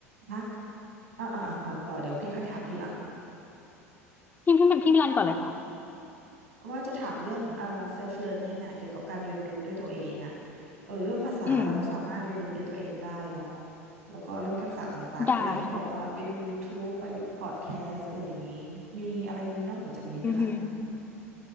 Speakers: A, on the right; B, on the left.
A: นะอ่าอ่าอ่าต่อต่อเดี๋ยวพี่ค่อยถามทีหลัง
B: พี่พี่พี่มิลันก่อนเลยค่ะ
A: ว่าจะถามเรื่องเอ่อ self learning อ่ะเกี่ยวกับการเรียนรู้ด้วยตัวเองอ่ะเออเรื่องภาษาเราก็สามารถเรียนรู้ด้วยตัวเองได้เนาะ
B: อืม
A: แล้วก็เรื่องทักษะต่างๆก็อย่างที่บอกว่าไปดู
B: ได้ค่ะ
A: YouTube ไปพอดแคสต์อะไรอย่างนี้ มีอะไรนอกเหนือจากนี้ไหมคะ
B: อือฮึ